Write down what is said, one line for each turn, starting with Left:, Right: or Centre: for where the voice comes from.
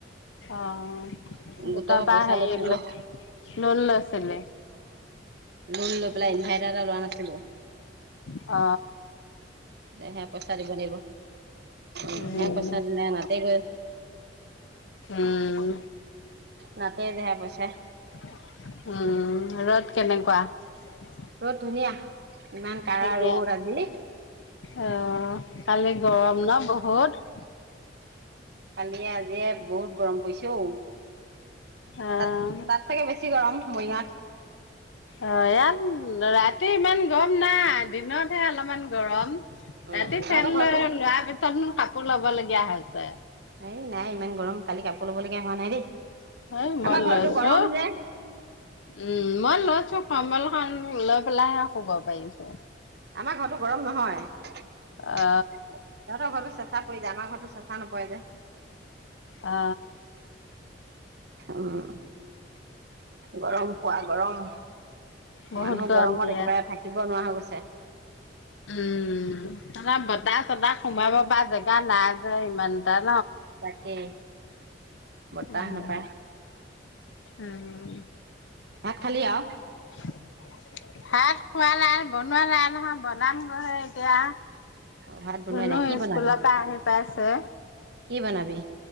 Left: অ গোট
Right: গোটৰ পৰা
Left: পা
Right: পইচা
Left: হেই
Right: লৈছিলো
Left: ল লোন লৈছিলি
Right: লোণ লৈ পেলাই ইনভাৰ্টাৰ এটা লোৱা নাছিলো
Left: অ
Right: হেয়া পইচা দিব লাগিব অ। '
Left: উম
Right: হেয়া পইচা দিলে নাতে গৈ,
Left: উ উ
Right: নাতে যে হেয়া পইচায়।
Left: উ ৰ'দ কেনেকুৱা হয়।
Right: ৰ'দ ধুনীয়া ইমান কাৰা
Left: সেইয়া
Right: ৰ'দ আজি
Left: অ কালি গৰম ন বহুত
Right: কালি য়ে আজি য়ে বহুত গৰম পৰিছে অ
Left: অ'
Right: তাত তাত চাগে বেছি গৰম মৰিগাঁৱত
Left: অ ইয়াত ৰাত ৰাতি ইমান গৰম নাই দিনতহে অলপমান গৰম
Right: উম
Left: ৰাতি
Right: তহঁতৰ
Left: ফেন
Right: ঘৰতো
Left: লৈ লোৱা পিছতনো কাপোৰ ল'ব লগীয়া হৈছে
Right: এই নাই ইমান গৰম কালি কাপোৰ ল'ব লগগীয়া হোৱা নাই দেই
Left: হে মই
Right: আমাৰ ঘৰতো
Left: লৈছোঁ,
Right: গৰম যে
Left: উম, মই লৈছোঁ কম্বল খন লৈ পেলাইহে শুব পাৰিছো।
Right: আমাৰ ঘতো গৰম নহয়,
Left: অ
Right: সহঁতৰ ঘৰতো চেচা পৰি যায় আমাৰ ঘৰততো চেচা নপৰে যে
Left: অ
Right: উহ গৰম, পোৱা গৰম,
Left: বহুত
Right: মানুহ
Left: গৰম
Right: গৰমত
Left: দি
Right: একেবাৰে থাকিব নোৱাৰা হৈ গৈছে।
Left: উহ তহঁতৰ বতাহ চতাহ সোমাব পৰা জেগা নাই যে ইমান তাত
Right: তাকেই। বতাহ
Left: উম
Right: নাপায়
Left: উম
Right: ভাত খালি আৰু।
Left: <unintelligible> ভাত খোৱানাই বনোৱা নাই নহয় বনাম গহে এতিয়া।
Right: অ ভাত বনোৱাই
Left: ধুনো
Right: নাই কি বনাবি
Left: স্কুলৰ পৰা আহি পাইছে।
Right: কি বনাবি?